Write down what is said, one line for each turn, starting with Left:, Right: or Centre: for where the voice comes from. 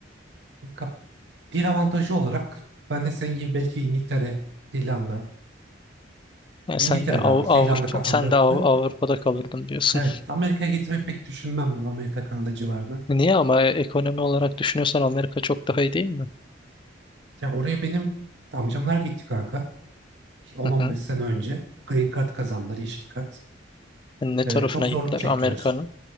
Right: Ka- Dil avantajı olarak ben de senin gibi belki İngiltere, İrlanda,
Left: Yani
Right: İngiltere
Left: sen de Av-
Right: daha doğrusu
Left: Avrupa,
Right: İrlanda kafamda
Left: sen
Right: yoktu
Left: de Av-
Right: da.
Left: Avrupa'da kalırdın diyorsun.
Right: Evet Amerika'ya gitmeyi pek düşünmem ben Amerika Kanada civarına.
Left: <laughs> Niye ama ekonomi olarak düşünüyorsan Amerika çok daha iyi değil mi?
Right: Ya oraya benim amcamlar gitti kanka. 10-15
Left: Hı hı.
Right: sene önce Green Card kazandılar yeşil kart.
Left: Hani ne
Right: Ee,
Left: tarafına
Right: çok zorluk
Left: gittiler
Right: çektiler.
Left: Amerika'nın?